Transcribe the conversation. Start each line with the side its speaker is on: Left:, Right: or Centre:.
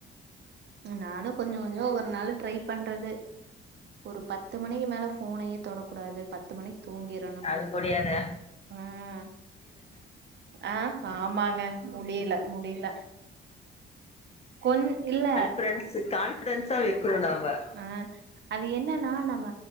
Right: நானு கொஞ்சோ கொஞ்சோ ஒரு நாள் ட்ரை பண்றது ஒரு பத்து மணிக்கி மேல ஃபோனயே தொடக்கூடாது பத்து மணிக்கி தூங்கிரு
Left: அது முடியாதே
Right: ம் ஆ ஆமாங்க முடியல முடில கொஞ் இல்ல
Left: ஃப்ரெண்ட்சு கான்ஃபிடெண்ட்ஸா வைக்ரோ நாம்ப
Right: அ அது என்னன்னா நம்ம